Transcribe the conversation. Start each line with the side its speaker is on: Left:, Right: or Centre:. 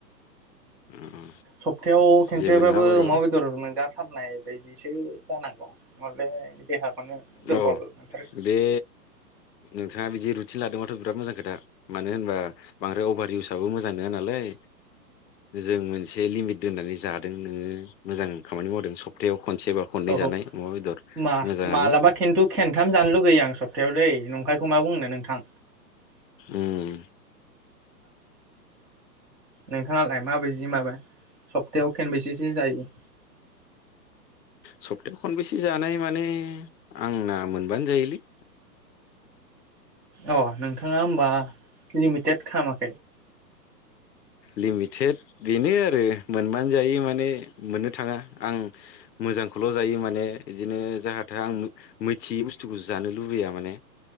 Left: अ
Centre: सप्थायाव खेनसेबाबो
Left: जेबो नङा बारु
Centre: अमा बेदर मोनजा थारनाय बायदिसो जानांगौ नंङाबा हले देहा माने दुरबल
Left: अ
Centre: मोनथारो।
Left: बे नोंथाङा बिदि रुटिन लादोंबाथ' बिराद मोजां खोथा मानो होनबा बांद्राय अभार इउसबो मोजां नङा नालाय जों मोनसे लिमिट दोननानै जादों नोङो मोजां खामानि मावदों सप्थायायाव खनसे बा खननै
Centre: औ
Left: जानाय
Centre: औ
Left: अमा बेदर मोजाङानो।
Centre: मा मालाबा खिन्थु खेनथाम जानो लुगैयो आं सप्तायाव दे नंखायखौ मा बुंनो नोंथां।
Left: उम।
Centre: नोंथाङालाय माबायदि माबायदि सप्थायायाव खनबेसेसो जायो।
Left: सप्टायाव खनबैसे जानाय माने आंना मोनबानो जायोलै।
Centre: अ नोंथाङा होनबा लिमिटेड खालामाखै
Left: लिमिटेड बेनो आरो मोनबानो जायो माने मोननो थाङा आं मोजांखौल' जायो माने बिदिनो जाहा थाहा आं मिथियै बस्थुखौ जानो लुबैया माने